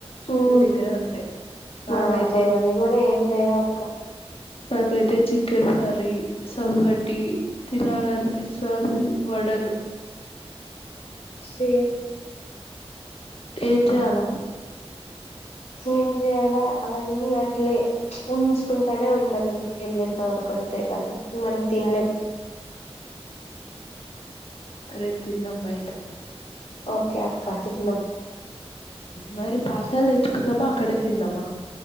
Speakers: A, on the left; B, on the left.
A: ఉమ్
B: మీీ దగ్గరే ఉంటాయి నాకైతే
A: మాతోని కూడా ఏమి లేవు అక్క
B: నాక అైతే చికెన్ కరీ సంగటి తినాలనిపిస్తుంది వడలు
A: స
B: ఏం చేయాల
A: ఏం చేయాలా అవన్నీ అట్లే ఉంచుకుంటానే ఉండాలి ఇంటిక వెళ్ళేంత వరకు అంతే కాదు మనం తినలేం
B: రేపు తిందా అబాయిటా
A: ఓకే అక్క చిన
B: మరి పార్సల్ తెచ్చుకుందామా అక్కడే తిందామా